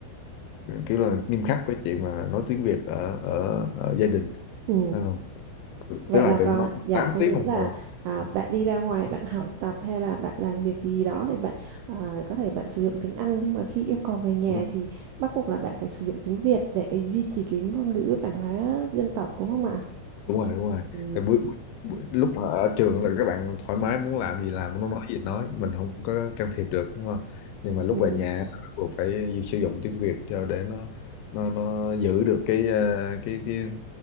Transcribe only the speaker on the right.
ừ.
vậy
là có
dạ
có
nghĩa
là
à,
bạn đi ra ngoài bạn học tập hay là bạn làm việc gì đó thì bạn à, có thể bạn sử dụng tiếng Anh nhưng mà khi yêu cầu về nhà
thì bắt buộc là bạn phải sử dụng tiếng Việt để duy trì cái ngôn ngữ bản hóa dân tộc đúng không ạ
ừ.
Ừ.